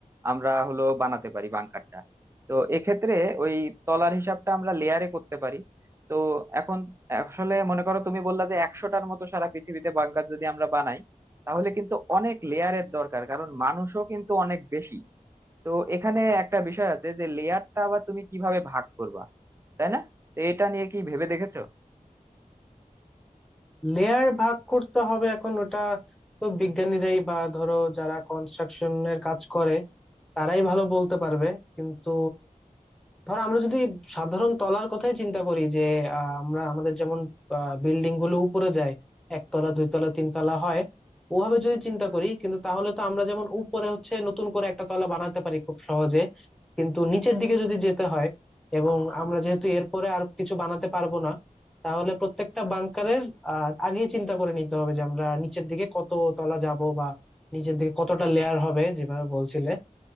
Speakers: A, on the right; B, in the centre.
A: আমরা হলো বানাতে পারি বাংকারটা তো এক্ষেত্রে ওই তলার হিসাবটা আমরা লেয়ারে করতে পারি তো এখন আসলে মনে করো তুমি বললা যে একশোটার মতো সারা পৃথিবীতে বাংকার যদি আমরা বানাই তাহলে কিন্তু অনেক লেয়ারের দরকার কারণ মানুষও কিন্তু অনেক বেশি তো এখানে একটা বিষয় আছে যে লেয়ারটা আবার তুমি কিভাবে ভাগ করবা তাই না তো এটা নিয়ে কি ভেবে দেখেছো
B: লেয়ার ভাগ করতে হবে এখন ওটা তো বিজ্ঞানীরাই বা ধরো যারা কনস্ট্রাকশনের কাজ করে তারাই ভালো বলতে পারবে কিন্তু ধর আমরা যদি সাধারণ তলার কথাই চিন্তা করি যে আহ, আমরা আমাদের যেমন বিল্ডিং গুলো উপরে যায় একতলা দুইতলা তিনতলা হয় ওভাবে যদি চিন্তা করি কিন্তু তাহলে তো আমরা যেমন উপরে হচ্ছে নতুন করে একটা তলা বানাতে পারি খুব সহজে কিন্তু নিচের দিকে যদি যেতে হয় এবং আমরা যেহেতু এরপরে আর কিছু বানাতে পারবো না তাহলে প্রত্যেকটা বাংকারের আহ আগেই চিন্তা করে নিতে হবে যে আমরা নিচের দিকে কত তলা যাব বা নিচের দিকে কতটা লেয়ার হবে যেভাবে বলছিলে